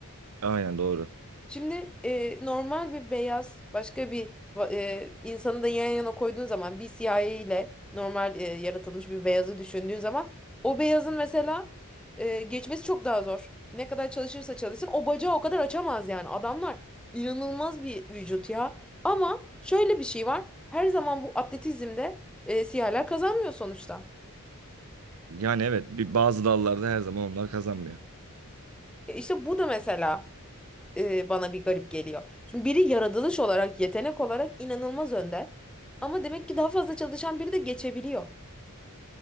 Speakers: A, on the right; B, in the centre.
A: Aynen doğru.
B: Şimdi e, normal bir beyaz başka bir va- e, insanı da yan yana koyduğun zaman bir siyahi ile normal e, yaratılmış bir beyazı düşündüğün zaman o beyazın mesela e, geçmesi çok daha zor. Ne kadar çalışırsa çalışsın o bacağı o kadar açamaz yani. Adamlar inanılmaz bir vücut ya. Ama şöyle bir şey var. Her zaman bu atletizmde e, siyahiler kazanmıyor sonuçta.
A: Yani evet bir bazı dallarda her zaman onlar kazanmıyor.
B: E, İşte bu da mesela e, bana bir garip geliyor. Çünkü biri yaratılış olarak, yetenek olarak inanılmaz önde. Ama demek ki daha fazla çalışan biri de geçebiliyor.